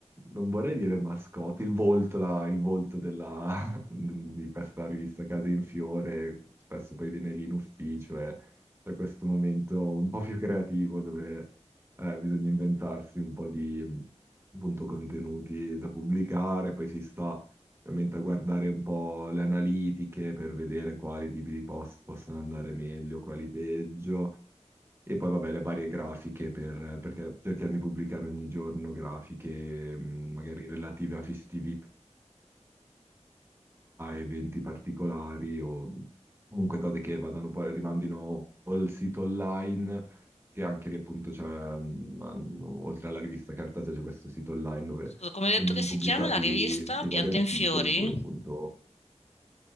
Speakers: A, on the right; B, on the left.
A: non vorrei dire mascotte, il volto, la- il volto della- <laughs> di questa rivista Case in Fiore, spesso poi viene lì in ufficio e c'è questo momento un po' più creativo dove eh, bisogna inventarsi un po' di mm, appunto contenuti da pubblicare, poi si sta ovviamente a guardare un po' le analitiche per vedere quali tipi di post possono andare meglio, quali peggio, e poi vabbè le varie grafiche per, perché cerchiamo di pubblicare ogni giorno grafiche mh, magari relative a festività, eventi particolari o comunque cose che vadano poi rimandino al sito online. Che anche lì appunto c'è, mh, hanno- oltre alla rivista cartacea, c'è questo sito online dove
B: Scusa, come hai
A: vengono
B: detto che si
A: pubblicati
B: chiama la rivista
A: i
B: Piante
A: vari articoli,
B: in Fiori?
A: oppure appunto